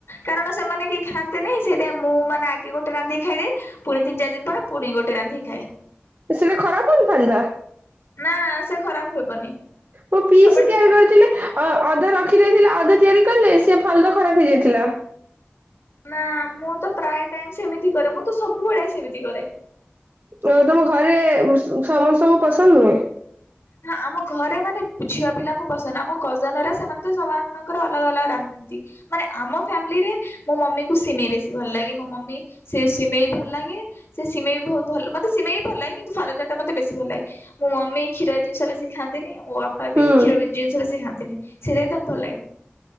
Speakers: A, on the left; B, on the right.
A: କାରଣ ସେମାନେ କେଇ ଖାଆନ୍ତିନି ସେଇତି ଆଇଁ ମୁଁ ମାନେ ଆଗେ ଗୋଟେ ରାନ୍ଧିକି ଖାଇଦିଏ। ପୁଣି ତିନ୍ ଚାରି ଦିନ ପରେ ପୁଣି ଗୋଟେ ରାନ୍ଧିକି ଖାଏ।
B: ସେଟା ଖରାପ ହଉନି ଫାଲୁଦା।
A: ନା ସେ ଖରାପ ହେବନି।
B: ମୋ ପିଇସି
A: ସବୁବେଳେ
B: ତିଆରି କରିଥିଲେ। ଅ ଅଧା ରଖି ଦେଇଥିଲା ଅଧେ ତିଆରି କଲେ ସେ ଫାଲୁଦ ଖରାପ ହେଇଯାଇଥିଲା।
A: ନା ମୁଁ ତ ପ୍ରାଥ ଟାଇମ୍ ସେମିତି କରେ ମୁଁ ତ ସବୁବେଳେ ସେମିତି କରେ।
B: ଅଁ ତମ ଘରେ ସମସ୍ତଙ୍କୁ ପସନ୍ଦ ନୁହେଁ।
A: <unintelligible> ଆମ ଘରେ ମାନେ ଝିଅ ପିଲାଙ୍କୁ ପସନ୍ ଆମ କଜନ ଏ ରା ସେମାନେ ତ ସମସ୍ତଙ୍କର ଅଲଗା ଅଲଗା ରାନ୍ଧି ତି ମାନେ ଆମ ଫ୍ୟାମିଲିରେ ମୋ ମମି କୁ ସିମେଇ ବେଶୀ ଭଲ ଲାଗେ ମୋ ମମି ସେ ସିମେଇ ଭଲ ଲାଗେ। ସେ ସିମେଇ ବି ଭଉତ ଭଲ ମତେ ସିମେଇ ବି ଭଲ ଲାଗେ କିନ୍ତୁ ଫାଲୁଦା ଟି ମୋତେ ବେଶୀ ଭଲ ଲାଗେ ମୋ ମମି କ୍ଷୀରା ଜିନିଷ ବେଶି ଖାଆନ୍ତିିନି ମୋ ବାପା ବି
B: ହୁଁ
A: କ୍ଷୀର ଜିନିଷ ବେଶୀ ଖାଆନ୍ତିିନି ସେଦିପାଇଁ ତାଙ୍କୁ ଭଲ ଲାଗେନି।